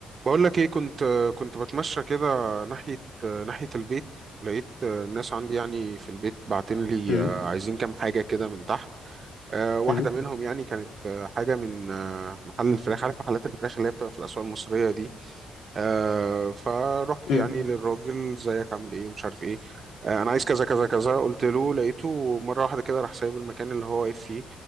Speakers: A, on the right (about 45°); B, on the left (about 85°).
A: بقول لك ايه كنت كنت بتمشى كده ناحية ناحية البيت لقيت الناس عندي يعني في البيت باعتين لي
B: امم
A: آه، عايزين كام حاجة كده من تحت آه، واحدة
B: امم
A: منهم يعني كانت آه، حاجة من آه، محل الفراخ عارف محلات الفراخ اللي هي بتبقى في الأسواق المصرية دي آه، فرحت
B: امم
A: يعني للراجل زيك عامل ايه ومش عارف ايه آه، انا عايز كذا كذا كذا قلت له لقيته مرة واحدة كده راح سايب المكان اللي هو واقف فيه